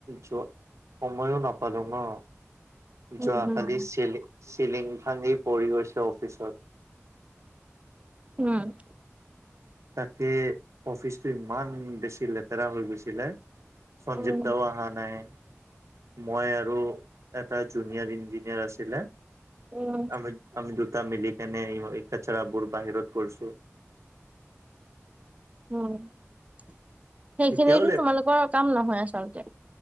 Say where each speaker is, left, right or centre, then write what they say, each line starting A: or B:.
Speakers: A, on the right; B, on the right.
A: জ্বৰ, সময়ো নাপালো ন
B: উম
A: যোৱাকালি
B: হম
A: চেলি চিলিং ভাঙি পৰি গৈছে অফিচত।
B: উম,
A: তাকে অফিচটো ইমান বেছি লেতেৰা হৈ গৈছিলে। সঞ্জীৱদাও
B: উম
A: আহা নাই। মই আৰু এটা জুনিয়ৰ ইঞ্জিনিয়াৰ আছিলে।
B: উম
A: আমি-আমি দুটা মিলকেনে কচৰা বোৰ বাহিৰত কৰছো।
B: উম, সেইখিনিতো
A: এতিয়াও লে
B: তোমালোকৰ কাম নহয় আচলতে।